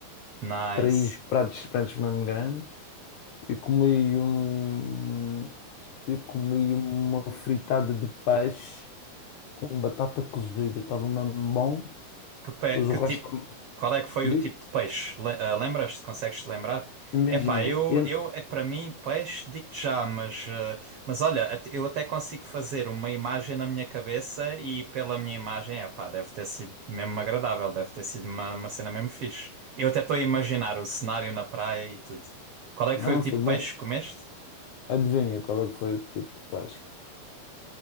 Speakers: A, on the right; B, on the left.
A: Nice.
B: Três pratos de peixe mesmo grande. E comi um, eu comi uma fritada de peixe com batata cozida, estava mesmo bom.
A: Que, pe-
B: Depois
A: que
B: o resto
A: tipo, qual é que foi
B: diz,
A: o tipo de peixe? Le- ah, Lembras-te? Consegues-te lembrar?
B: imagina,
A: É pá, eu,
B: eu-
A: eu é para mim peixe, digo-te já, mas, ah, mas olha, at- eu até consigo fazer uma imagem na minha cabeça e pela minha imagem, é pá, deve ter sido mesmo agradável, deve ter sido uma, uma cena mesmo fixe. Eu até estou a imaginar o cenário na praia e tudo. Qual é que
B: não
A: foi o tipo
B: foi
A: de
B: bom.
A: peixe que comeste?
B: Adivinha qual é que foi o pedido de peixe?